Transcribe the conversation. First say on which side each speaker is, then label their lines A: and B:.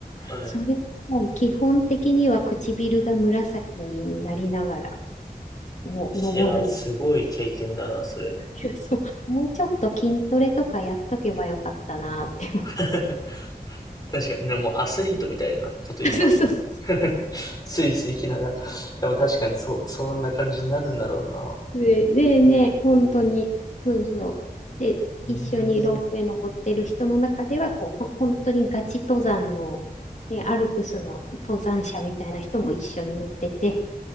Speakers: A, on the left; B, on the left.
A: はい。
B: それも基本的には唇が紫になりながらの登るみたいな。
A: いやー、すごい経験だな、それ。
B: <laughs> そうもうちょっと筋トレとかやっとけばよかったなって思う。
A: <laughs> 確かに、でもアスリートみたいなこと言いますね。
B: <laughs> そうそうそう。
A: <laughs> スイスイ行きながら。でも確かにそう、そんな感じになるんだろうな。
B: で、でね、本当に、そうそう。で、
A: うーん。
B: 一緒にロープウェイ登ってる人の中では、こう、ほん本当にガチ登山の、ね、アルプスの登山者みたいな人も一緒に乗ってて、